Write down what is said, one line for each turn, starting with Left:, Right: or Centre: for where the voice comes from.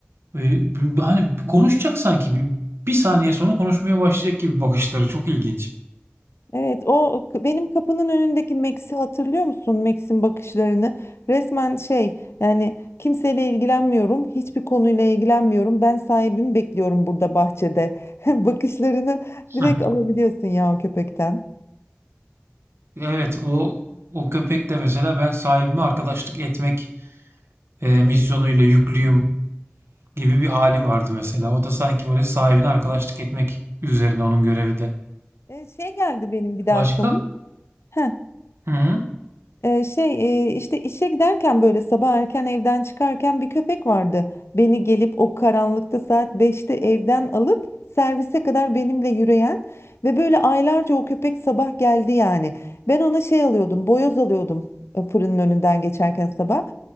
Right: e, b- hani konuşacak sanki bir, bir saniye sonra konuşmaya başlayacak gibi bakışları çok ilginç.
Left: Evet, o k- benim kapının önündeki Max'i hatırlıyor musun? Max'in bakışlarını. Resmen şey, yani kimseyle ilgilenmiyorum, hiçbir konuyla ilgilenmiyorum. Ben sahibimi bekliyorum burada bahçede. <laughs> Bakışlarını
Right: Heh.
Left: direkt alabiliyorsun ya o köpekten.
Right: Evet o o köpek de mesela ben sahibime arkadaşlık etmek e, misyonuyla yüklüyüm gibi bir hali vardı mesela. O da sanki böyle sahibine arkadaşlık etmek üzerine onun görevi de.
Left: Ee, şey geldi benim bir daha
Right: Başka?
Left: aklıma. Heh.
Right: Hı hı.
Left: Ee, şey e, işte işe giderken böyle sabah erken evden çıkarken bir köpek vardı. Beni gelip o karanlıkta saat beşte evden alıp servise kadar benimle yürüyen ve böyle aylarca o köpek sabah geldi yani. Ben ona şey alıyordum, boyoz alıyordum e, fırının önünden geçerken sabah.